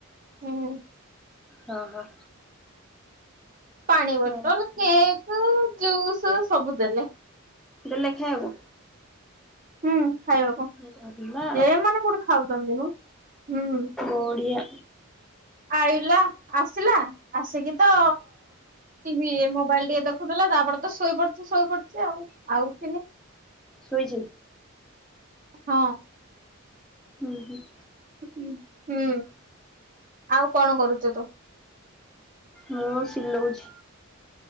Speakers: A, on the right; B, in the centre.
A: ହୁଁ।
B: ହଁ ହଁ।
A: ପାଣି ବଟଲ
B: ହଁ
A: କେକ ଜୁସ୍ ସବୁ ଦେଲେ।
B: ଦେଲେ ଖାଇବ?
A: ହୁଁ ଖାଇବାକୁ
B: କରିବା
A: ଯେମାନେ କୋଉଠି ଖାଉଚନ୍ତି ମ? ହୁଁ
B: ଓଡିଆ
A: ଆଇଲା ଆସିଲା ଆସିକି ତ ଟିଭି ମୋବାଇଲ ଟିକେ ଦେଖୁଥିଲା ତାପରେ ତ ଶୋଇ ପଡିଚି ଶୋଇ ପଡିଚି ଆଉ ଆଉ ଉଠିନି।
B: ସୋଇଚି?
A: ହଁ।
B: ହୁଁ ହୁଁ।
A: ଉଁ ହୁଁ ଆଉ କଣ କରୁଚ ତ?
B: ମୁଁହ ସିଲୋଉଛି।